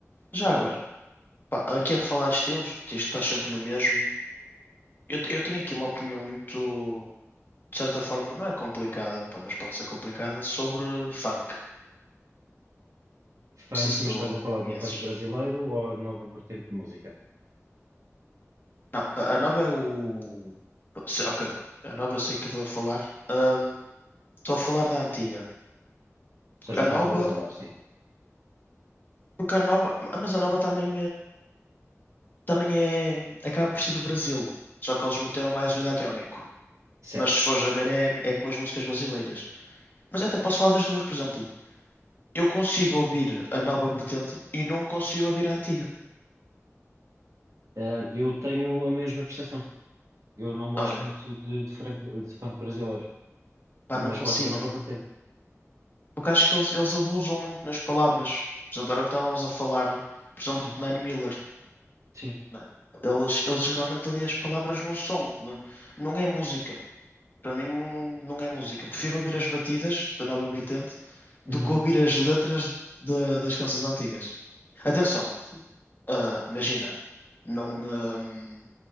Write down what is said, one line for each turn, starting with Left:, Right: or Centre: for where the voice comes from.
Left: Já
Right: Depois,
Left: agora, pá, aqui a falar de estilos, isto está sempre no mesmo. Eu, te- eu tenho aqui uma opinião muito, de certa forma, não é complicada, pá, mas pode ser complicada, sobre funk. Não
Right: funk,
Left: sei se
Right: mas
Left: tu
Right: estás a falar
Left: conheces.
Right: do funk brasileiro ou a nova vertente de música?
Left: Não, a, a Nova é o. se- ok, a Nova eu sei que estou a falar. Ahm, Estou a falar da antiga.
Right: Ou seja,
Left: A
Right: o funk
Left: Nova,
Right: brasileiro, sim,
Left: porque a Nova. Mas a Nova também. Também é. Acaba por ser do Brasil. Só que eles meteram mais o eletrónico.
Right: certo.
Left: Mas se fores a ver, é, é com as músicas brasileiras. Mas até posso falar das duas, por exemplo. Eu consigo ouvir a nova vertente e não consigo ouvir a antiga.
Right: Ahm, eu tenho a mesma percepção. Eu não gosto
Left: Olha,
Right: muito de, de, funk, de funk brasileiro,
Left: pá,
Right: mas
Left: não consigo.
Right: gosto da nova vertente.
Left: Porque acho que eles, eles abusam muito nas palavras. Por exemplo, era o que estávamos a falar, por exemplo, do Nanny Miller.
Right: Sim.
Left: né? Eles, eles realmente ali as palavras não são. Não, não é música. Para mim não é música. Prefiro ouvir as batidas da nova vertente do
Right: Uhum.
Left: que ouvir as letras da- das canções antigas. Atenção,
Right: Sim.
Left: ah, imagina, não, ahm,